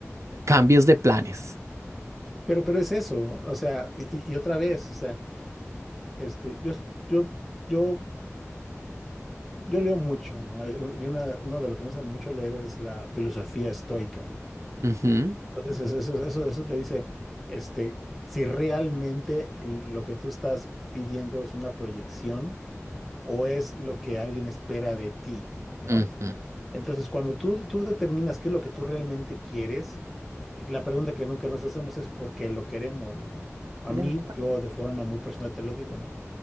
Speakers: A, on the right (about 75°); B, in the centre.
A: cambios de planes.
B: Pero, pero es eso, o sea, y, y- y otra vez, o sea, este, yo, yo, yo Yo leo mucho, ¿no? Eh, eh, Y una, uno de lo que me gusta mucho leer es la filosofía estoica, ¿no?
A: Ujú,
B: Entonces, eso, eso, eso te dice, este, si realmente lo que tú estás pidiendo es una proyección o es lo que alguien espera de ti, ¿no?
A: ujú.
B: Entonces, cuando tú, tú determinas qué es lo que tú realmente quieres, eh, la pregunta que nunca nos hacemos es por qué lo queremos, ¿no? A
A: De-
B: mí, yo de forma muy personal te lo digo, ¿no?